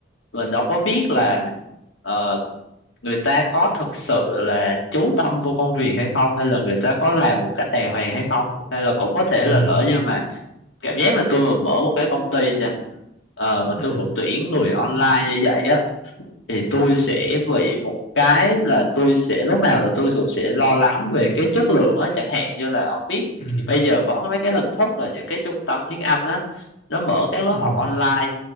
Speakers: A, on the left; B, on the left.
A: mình đâu có biết là ờ, người ta có thực sự là chú tâm vô công việc hay không hay là người ta có làm một cách đàng hoàng hay không hay là cũng có thể
B: ừ
A: là lỡ nhưng mà cảm giác là tôi mà mở một cái công ty nha ờ, mà
B: ừ
A: tôi cũng tuyển người online như vậy á thì tôi sẽ bị một cái là tôi sẽ lúc nào là tôi cũng sẽ lo lắng về cái chất lượng á chẳng hạn như là ông biết
B: ừ
A: bây giờ có mấy cái hình thức là những cái trung tâm tiếng Anh á nó mở các lớp
B: ừ
A: học online